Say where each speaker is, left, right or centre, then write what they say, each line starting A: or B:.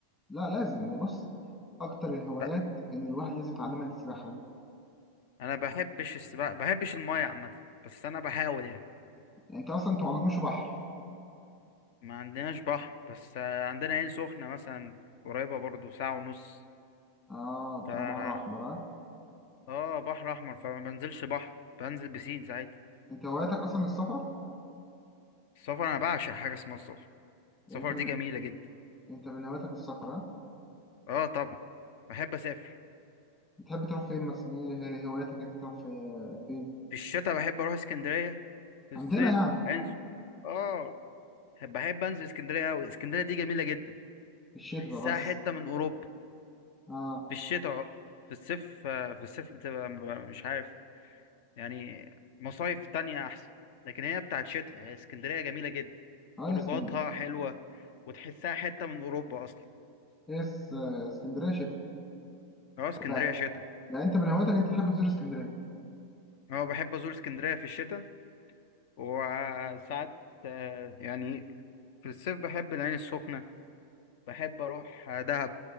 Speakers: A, on the left; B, on the left.
A: لا لازم ده بص اكتر الهوايات
B: لا
A: ان الواحد لازم يتعلمها السباحه دي
B: انا بحبش السباحة بحبش المية عامة بس انا بحاول يعني
A: يعني انت اصلا انت ما عندكمش بحر
B: ما عندناش بحر بس آه، عندنا عين سخنة مثلا قريبة برضو ساعة ونص
A: اه بتروح
B: ف اه
A: بحر احمر اه
B: آه، بحر احمر فما بنزلش بحر بنزل بسين ساعتها
A: انت هوايتك اصلا السفر
B: السفر انا بعشق حاجة اسمها السفر
A: يعني
B: السفر
A: انت من
B: دي جميلة جدا
A: انت من هواياتك السفر اه
B: اه طبعا بحب اسافر
A: بتحب تروح فين مثلا ايه هي- إيه هواياتك انت تروح في فين
B: في الشتاء بحب اروح اسكندريه في
A: عندنا
B: الصيف
A: يعني
B: عين سخ- اه بحب بحب انزل اسكندريه قوي اسكندريه دي جميله جدا
A: في الشتاء
B: بحسها
A: ده بس
B: حته من اوروبا
A: اه
B: في الشتاء اه في الصيف آه، في الصيف بتبقى ببقى مش عارف يعني مصايف تانية احسن لكن هي بتاعت شتاء هي اسكندريه جميله جدا
A: اه
B: خروجاتها
A: يا اسكن
B: حلوه وتحسها حته من اوروبا اصلا
A: هي اس- اسكندريه شتاء
B: اه اسكندريه
A: لا
B: شتاء
A: يعني انت من هواياتك انت تحب تزور اسكندريه
B: اه بحب ازور اسكندريه في الشتاء وساعات آه، يعني في الصيف بحب العين السخنه بحب اروح آه، دهب